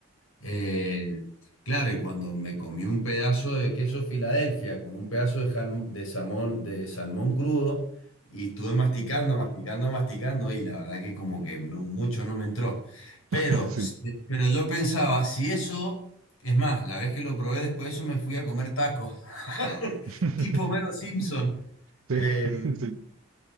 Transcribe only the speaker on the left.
Eh, claro, y cuando me comí un pedazo de queso Filadelfia con un pedazo de, jalm- de salmón, de salmón crudo y estuve masticando, masticando, masticando y la verdad que como que no- mucho no me entró. Pero,
s- pero yo pensaba, si eso, es más, la vez que lo probé después de eso me fui a comer tacos, <laughs>
tipo Mero Simpson.
Em,